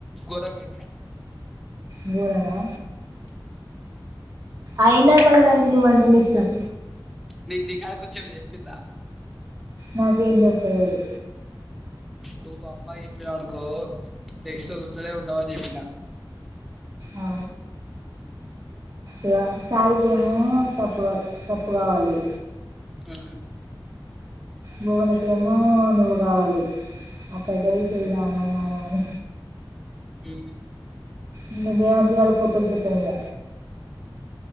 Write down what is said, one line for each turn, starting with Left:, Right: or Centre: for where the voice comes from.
Centre: ఘోరంగా కొట్టిన
Right: బవననా అయినా
Centre: మా
Right: మళ్ళ దానికి నువ్వంటేనే ఇష్టం
Centre: నీ నీకాడీకి వచ్చి ఏమన్న చెప్పిందా
Right: నాకేం చెప్పలేదు
Centre: నువ్వు అమ్మకు చెప్పినవనుకో నెక్స్ట్ రోజు ఉండనే ఉండవు అని చెప్పినా
Right: ఆ ఇగ సాయికేమో తప్పుగాడు తప్పు కావాలి
Centre: ఆ
Right: భువనకేమో నువ్వు కావాలి అప్పటికది చేయి మామా మామా అని
Centre: ఏ
Right: ఇంగ దేవాన్ష్ గాడు పొత్తుల చుట్టం ఇగ